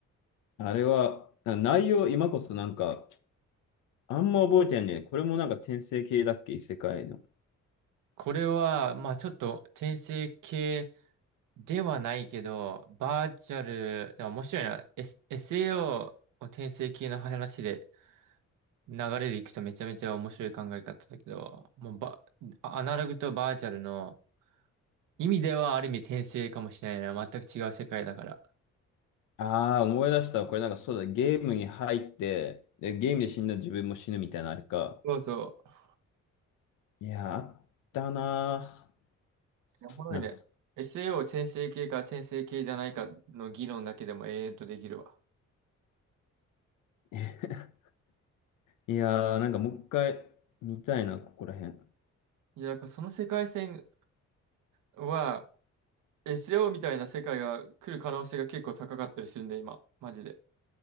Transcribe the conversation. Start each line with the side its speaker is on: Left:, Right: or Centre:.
Left: あれは、な内容、今こそなんか、あんま覚えてないんだよね。これもなんか転生系だっけ異世界の。
Right: これは、まあちょっと転生系ではないけど、バーチャル、でも面白いな。S、SAO を転生系の話で流れでいくとめちゃめちゃ面白い考え方だけど、もうば、アナログとバーチャルの意味ではある意味転生かもしれないな。全く違う世界だから。
Left: ああ、思い出した。これなんかそうだ、ゲームに入って、で、ゲームで死んだら自分も死ぬみたいなのあれか。
Right: そうそう。
Left: いや、あったなぁ。
Right: いやおもろいね。
Left: 夏。
Right: SAO 転生系か転生系じゃないかの議論だけでも永遠とできるわ。
Left: <laughs> いやー、なんかもう一回見たいな、ここら辺。
Right: いや、だからその世界線は SAO みたいな世界が来る可能性が結構高かったりするんだ、今。マジで。